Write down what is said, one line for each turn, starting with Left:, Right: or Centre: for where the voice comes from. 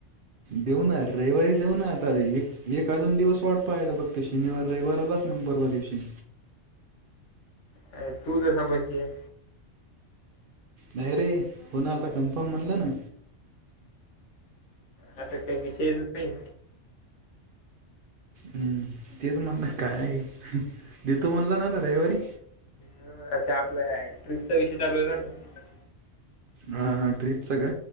Right: येऊ ना रविवारी जाऊ ना आता एक एक का अजून दिवस वाट पाहायचा. बघत शनिवार रविवार आलाच मग परवा दिवशी
Left: अ तूझ जसा म्हंचील.
Right: नाही रे पुन आता कन्फर्म म्हणलं ना.
Left: आत काय विशेषयच नाही.
Right: हम्म, तेच म्हणलं काय दतो म्हणल ना ना रविवारी.
Left: ह आता आपल्या ट्रिपचा विषय चालू होतना.
Right: हां हां ट्रिपचं का,